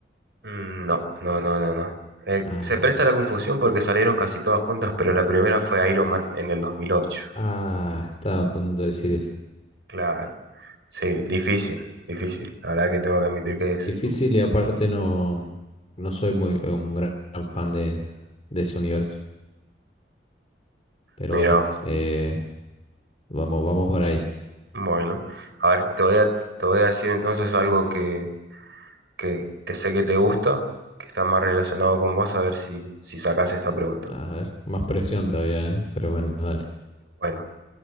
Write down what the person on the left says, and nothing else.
Ah,
Sí.
ah, estaba a punto de decir eso.
Difícil y aparte no, no soy muy eh, un gran, gran fan de, de ese universo. Pero
bueno,
eh, vamos, vamos por ahí.
A ver, más presión todavía, ¿eh? Pero bueno, dale.